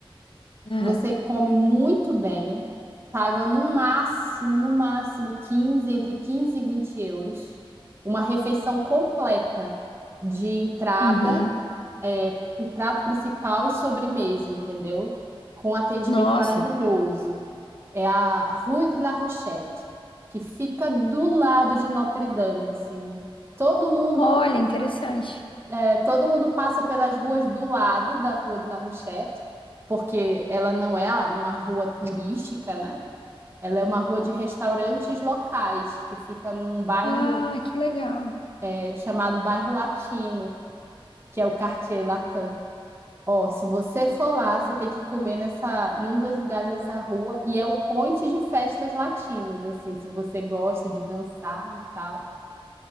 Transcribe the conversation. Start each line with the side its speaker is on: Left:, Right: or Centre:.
Left: Ah,
Right: Você come muito bem, paga no máximo, no máximo 15, entre 15 e 20 euros, uma refeição completa de entrada,
Left: uhum.
Right: é, um prato principal e sobremesa, entendeu? Com atendimento
Left: Nossa.
Right: maravilhoso. É a Rue de la Rochette, que fica do lado de Notre Dame, assim. Todo mundo
Left: Olha, interessante.
Right: é, Todo mundo passa pelas ruas do lado da Rua de La Rochette, porque ela não é a- uma rua turística, né? Ela é uma rua de restaurantes locais, que fica num bairro
Left: Ah, que legal.
Right: é, chamado Bairro Latino, que é o Quartier Latin. Ó, se você for lá, você tem que comer nessa, num dos lugares dessa rua, e é o ponte de festas latinas, assim, se você gosta de dançar e tal.